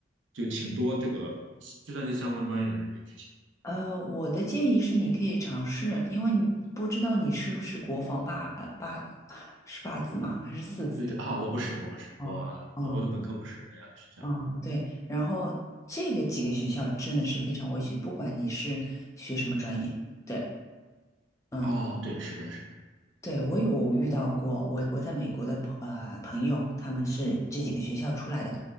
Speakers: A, on the right; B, on the left.
A: 就挺多这个计算机相关专业的人被拒签。
B: 呃，我的建议是你可以尝试，因为你不知道你是不是国防八呃八八是八字吗？还是四字的？
A: 对对啊，我不是，我不是，
B: 哦哦，
A: 我呃我的本科不是那样的学校。
B: 嗯啊，对，然后这个几个学校真的是非常危险，不管你是学什么专业，对，嗯，
A: 哦，对，是的，是的。
B: 对，我有遇到过，我我在美国的朋呃朋友，他们是这几个学校出来的，